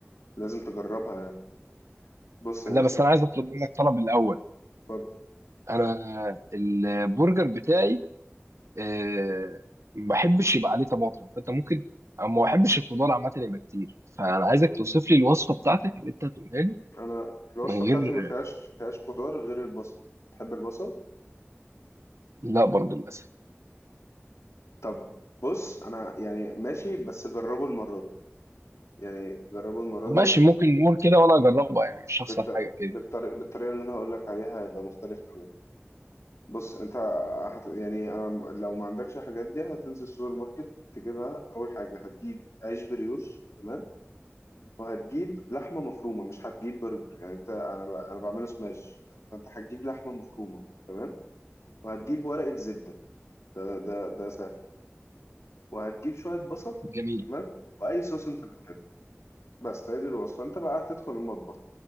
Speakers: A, on the left (about 80°); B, on the right (about 85°).
A: لازم تجربها يعني بص يا
B: لا
A: باشا
B: بس انا عايز اطلب منك طلب الاول
A: اتفضل
B: انا البرجر بتاعي آه، ما بحبش يبقى عليه طماطم فانت ممكن أو ما بحبش الخضار عامه يبقى كتير فانا عايزك توصف لي الوصفه بتاعتك اللي انت هتقولها لي
A: انا الوصفه
B: من
A: بتاعتي
B: غير
A: ما فيهاش فيهاش خضار غير البصل تحب البصل
B: لا برضه للاسف طب
A: طب بص انا يعني ماشي بس جربه المره دي يعني جربه المره
B: هقول
A: دي
B: ماشي لك ممكن نقول كده وانا اجربها يعني مش هخسر
A: بالط-
B: حاجه كده
A: بالطريقة
B: كده
A: بالطريقة اللي انا هقول لك عليها هيبقى مختلف قوي بص انت هت... يعني انا م- لو ما عندكش الحاجات دي هتنزل السوبر ماركت تجيبها اول حاجة هتجيب عيش بريوش تمام وهتجيب لحمة مفرومة مش هتجيب برجر يعني انت انا ب... انا بعمله سماش فانت هتجيب لحمة مفرومة تمام وهتجيب ورقة زبدة ده ده ده سهل وهتجيب شوية بصل
B: جميل
A: تمام واي صوص انت بتحبه بس هي دي الوصفة انت بقى هتدخل المطبخ